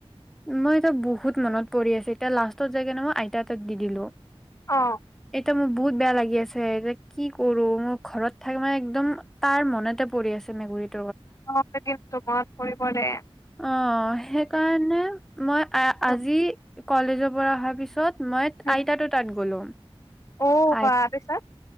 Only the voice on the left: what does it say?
অ
অ মনত পৰিব দে
উম,
উম।
অ বা পিছত